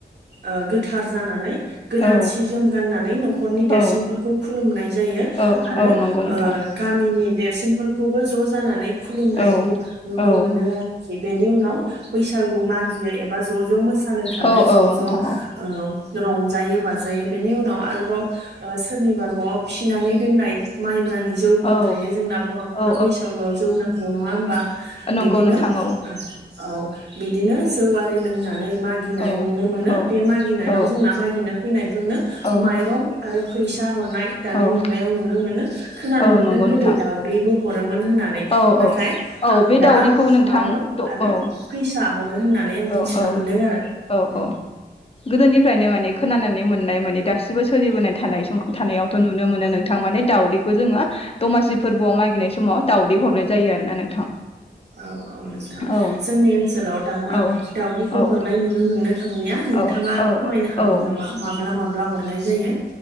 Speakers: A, on the right; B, on the left.
A: ओ गोथार जानानै। गोदान
B: औ
A: सि जोम गाननानै न'खरनि देरसिनफोरखौ
B: औ
A: खुलुमनाय जायो
B: औ
A: आरो
B: औ नंगौ नोंथां
A: ओ गामिनि देरसिनफोरखौबो ज' जानानै खुलुमनायखौ
B: औ
A: नुनो
B: औ
A: मोनो आरोखि बेनि उनाव बैसागु मागियो एबा ज ज मोसानो थाङो
B: औ
A: ज
B: औ
A: ज
B: नोंथां
A: ओ
B: औ
A: रंजायो बाजायो बेनि उनाव आरोबाव सोरनिबा न'आव फिनानै दोननाय माइब्रानि जौफोर
B: औ
A: थायो। जोंना बर'फोरना
B: औ
A: बैसागुआव जौ नांगौ नङा होमबा?
B: औ नंगौ
A: बिदिनो
B: नोंथां औ
A: औ बिदिनो जौव आरि लों नानै मागिनाय
B: औ
A: नुनो मोनो
B: औ
A: बे मागिनायाव
B: औ
A: जोंना मागिनो फैनाय बेफोरनो
B: औ
A: माइरं आरो फैसा हरनाय दानि
B: औ
A: मुगायाव नुनो मोनो। खोनानो
B: औ
A: मोन्दों
B: नंगौ
A: गोदो
B: नोंथां
A: दाउदैबो हरो। मोन होननानै
B: औ
A: नाथाय
B: औ औ
A: आं
B: बे
A: दा
B: दाउदैखौ नोंथां
A: माइरं
B: औ
A: आरो
B: औ
A: फैसा हरो होननानै आं
B: औ
A: मोनथिना मोन्दों आरो।
B: औ
A: उम
B: औ गोदोनिफ्रायनो माने खोनानानै मोननाय माने दासिम बो सोलिबोनाय थानाय सम थानायावथ' नुनो मोनो नोंथां माने दाावदैखौ जोङो दमासि फोरबोआव मागिनाय समाव दावदै हरनाय जायो आरोना नोंथां।
A: औ औ नोंथां
B: औ
A: जोंनि ओनसोलाव दाना
B: औ
A: दउदैखौ
B: औ
A: हरनाय नुनो मोननो थांलिया नोंथाङा
B: औ औ
A: फोरमायनो हागोन
B: औ
A: नामा माब्ला माब्ला हरनाय जायो?